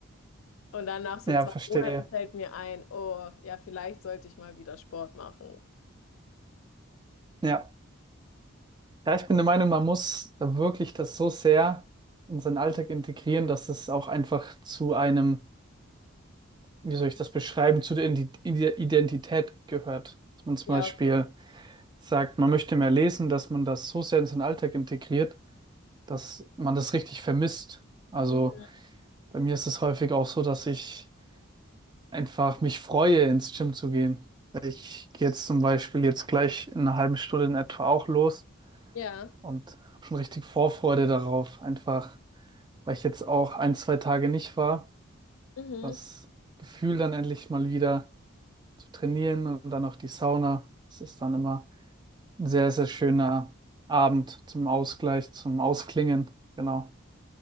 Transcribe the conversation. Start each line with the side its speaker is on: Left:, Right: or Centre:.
Left: Und dann nach so
Right: Ja,
Left: zwei
Right: verstehe.
Left: Monaten fällt mir ein, oh, ja, vielleicht sollte ich mal wieder Sport machen.
Right: Ja. Ja, ich bin der Meinung, man muss da wirklich das so sehr in seinen Alltag integrieren, dass es auch einfach zu einem, wie soll ich das beschreiben, zu der Indi- Ide- Identität gehört. Dass man zum
Left: Ja,
Right: Beispiel
Left: auf jeden
Right: sagt, man möchte mehr lesen, dass man das so sehr in seinen Alltag integriert, dass man das richtig vermisst. Also
Left: Fall.
Right: bei mir ist es häufig auch so, dass ich einfach mich freue, ins Gym zu gehen. Ich gehe jetzt zum Beispiel jetzt gleich in einer halben Stunde in etwa auch los
Left: Ja,
Right: und habe schon richtig Vorfreude darauf, einfach weil ich jetzt auch ein, zwei Tage nicht war.
Left: mhm.
Right: Das Gefühl dann endlich mal wieder zu trainieren und dann auch die Sauna. Das ist dann immer ein sehr, sehr schöner Abend zum Ausgleich, zum Ausklingen. Genau.